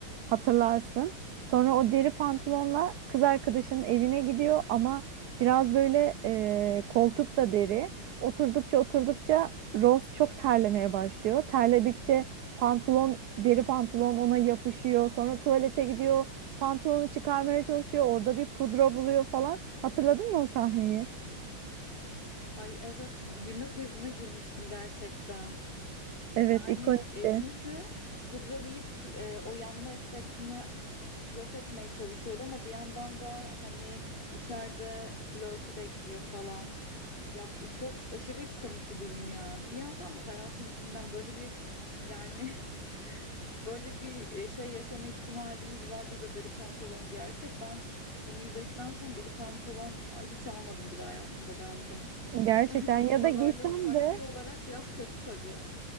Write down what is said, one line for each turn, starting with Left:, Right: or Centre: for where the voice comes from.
Right: hatırlarsın. Sonra o deri pantolonla kız arkadaşının evine gidiyor ama biraz böyle e, koltuk da deri. Oturdukça oturdukça Rose çok terlemeye başlıyor. Terledikçe pantolon, deri pantolon ona yapışıyor. Sonra tuvalete gidiyor. Pantolonu çıkarmaya çalışıyor. Orada bir pudra buluyor falan. Hatırladın mı o sahneyi?
Left: <laughs> Ay evet, gülme krizine girmiştim gerçekten.
Right: Evet,
Left: Yani
Right: ikonikti.
Left: e, çünkü pudralayıp e, o yanma efektini yok etmeye çalışıyordu ama bir yandan da hani içeride flörtü bekliyor falan. Ya bu çok aşırı komik bir durum ya. Bir yandan da hayatın içinden böyle bir yani <laughs> böyle bir e, şey yaşama ihtimalimiz var. Biz de deli pantolon giyersek ben onu izledikten sonra deli pantolon hiç almadım bile hayatımda galiba.
Right: Gerçekten
Left: Yani
Right: ya
Left: pazarlama
Right: da giysem
Left: taktiği
Right: de
Left: olarak biraz kötü tabii.